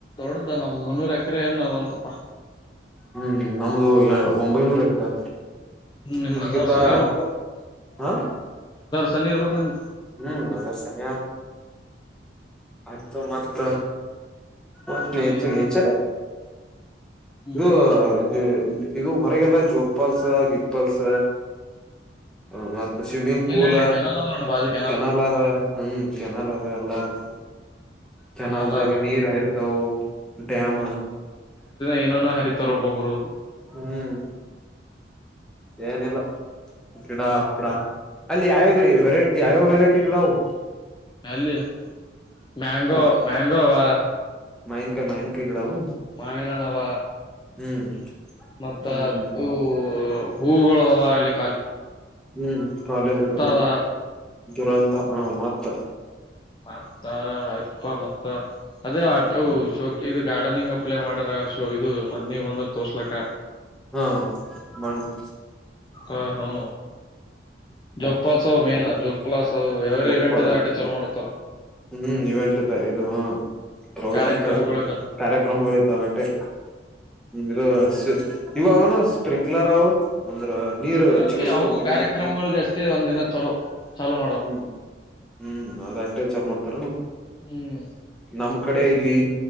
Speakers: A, on the left; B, in the centre.
A: ನಡುದ ನಮ ಮುನ್ನೂರ ಎಕರೆ ಏನೋ ಅವನ್ ತಪ್ಪ
B: ಹ್ಮ್ ನಮ್ದು ಒಂಬೈನೂರ ಎಕರೆ
A: ಹ್ಮ್ ನಿಮ್
B: ನಿಮ್ಗೆ
A: ಹಜಾರ್
B: ತಾ
A: ಸನಿ ಇರ್ಬೇಕಪ್ಪಾ
B: ಹಾ
A: ತನ್ನಿ ಇರ್ಬೇಕ ನಿಮ್
B: ಹ್ಮ್ ಅರ್ ಸನಯ ಆಯ್ತು ಮತ್ತ ಓಕೆ
A: ಹ್ಮ್
B: ಇದು ನೇಚರ್
A: ಹ್ಮ್
B: ರಾ <unintelligible> ಇದು ಹೊರಗೆಲ್ಲ ಜೋಗಪಾಲ್ಸ ಗಿಕ್ ಪಾಲ್ಸ ಹ ಮತ್ತ ಸ್ವಿಮ್ಮಿಂಗ್
A: ಇಲ್ಲ
B: ಪೂಲ
A: ಇಲ್ಲ ಕೆನಲ್ ಅದ ನೋಡ ಬಾಜು ಕೆನಲ್
B: ಕೆನ್ನೆಲಗ ಹ್ಮ್ ಕೆನಾಲ ಅದ ಎಲ್ಲ ಅದಾ ಕೆನ್ನಾಲದಾಗ
A: ಕೆನಲ್
B: ನೀರ್ ಹರಿತವವು ಡ್ಯಾಮ
A: ಏನೆನೋ ಹರಿತಾರ ಒಬ್ಬೊಬ್ಬರು
B: ಹ್ಮ್ ಏನಿಲ್ಲ ಗಿಡ ಹಪ್ಪಡ ಅಲ್ಲಿ ಯಾವ್ಯಾವ ವೆರೈಟಿ ಯಾವ್ಯಾವ ವೆರೈಟಿ ಗಿಡ ಅವು
A: ಅಲ್ಲಿ ಮ್ಯಾಂಗೋ ಮ್ಯಾಂಗೋ ಅವಾ
B: ಮಾವಿನಕಾಯಿ ಮಾವಿನಕಾಯಿ ಗಿಡಾವನು
A: ಮಾವಿನಣ್ಣಾವ
B: ಹ್ಮ್
A: ಮತ್ತ
B: ಹ್ಮ್
A: ಹೂ ಹೂಗಳು ಅವಲ್ಲಿ
B: ಹ್ಮ್ ಕಾಲೇಜ್ <unintelligible>
A: ಅದ
B: ದುರಂತ ಹಾ ಮತ್ತ
A: ಮತ್ತ ಆಯ್ತಪಾ ಮತ್ತ ಅದೇ ಆಟೋ ಶೋಕ್ ಇದು ಗಾರ್ಡನಿಂಗ್ ಅಪ್ಲೈ ಮಾಡಾರ ಶೋ ಇದು ಮತ್ತೆ ನೀವು ಬಂದ್ರೆ ತೋರ್ಸಲಕ್ಕ
B: ಹಾ <unintelligible>
A: ಹ ಹಾ ಜೋಗ ಫಾಲ್ಸ್ ಅವ ಮೇನ್ ಜೋಗ ಫಾಲ್ಸ್ ಅದು ಎವರಿ
B: ಜೋಪಾಲ್
A: ಈವೆಂಟಿನ ಆಟ ಚಲೋ ಮಾಡ್ತಾರ
B: ಹ್ಮ್ ಇವೆಂಟದ ಇದು ಹಾ ಪ್ರೋಗ್ರಾಮ್
A: ಕಾರ್ಯಕ್ರಮಗಳಿದ
B: ಇದ್ದಾಗಟೆ ಕಾರ್ಯಕ್ರಮಗಳ ಇದ್ದಾಗಟೆ ಇದು ಇವ ಅವನು ಸ್ಪ್ರಿಂಕ್ಲರ್ ಅವ ಅಂದ್ರ ನೀರ್
A: ಅದು
B: ಜಿಗಸ್ತದ
A: ಯಾವ
B: ಜಿಗ್
A: ಕಾರ್ಯಕ್ರಮಗಳಿಗೆ ಅಷ್ಟೇ ಒಂದಿನ ಚಲೋ ಚಾಲೂ ಮಾಡೋರು
B: ಹ್ಮ್ ಹ್ಮ್ ಆದ ಅಟ್ಟೆ ಚಲ ಮಾಡ್ತಾರ
A: ಹ್ಮ್
B: ನಮ್ ಕಡೆ ಇಲ್ಲಿ